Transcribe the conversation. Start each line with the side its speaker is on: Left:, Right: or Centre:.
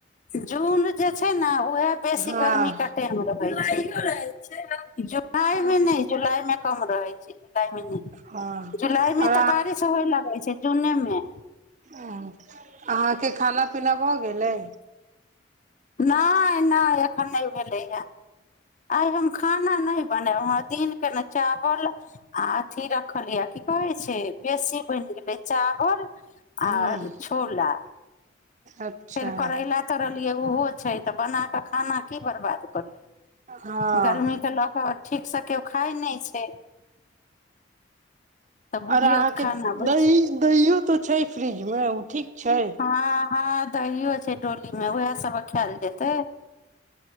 Left: जून जे छै ने ओ वएह बेसी
Right: हँ
Left: गर्मी का टाइम रहे कइयो रहै छै जुलाई मे नहि जुलाइ मे कम रहै छै जुलाई म
Right: हँ
Left: जुलाई
Right: आओर
Left: मे तऽ बारिश होय लागै छै जूने मे
Right: ओ अहाँ के खाना पीना भऽ गेलै
Left: नहि नहि एखन नहि भेलैए आइ हम खाना नहि बनायब हमरा दिनकेँ ने चावल आ अथि रखलियए की कहै छै बेसी बनि गेलै चावल
Right: हूँ
Left: आ छोला
Right: अच्छा
Left: फर करैला तऽरल ओहो छै तऽ बनााकऽ खाना की बर्बाद करियौ
Right: हँ
Left: गर्मी तऽ लोक ठीकसँ केओ खाइ नहि छै तऽ बुझियौ
Right: आर अहाँके
Left: तऽ खाना बचि
Right: दही दहिओ तऽ छै फ्रिजमे ओ ठीक छै
Left: हँ हँ दहियो छै डोलीमे उएह सब खायल जेतै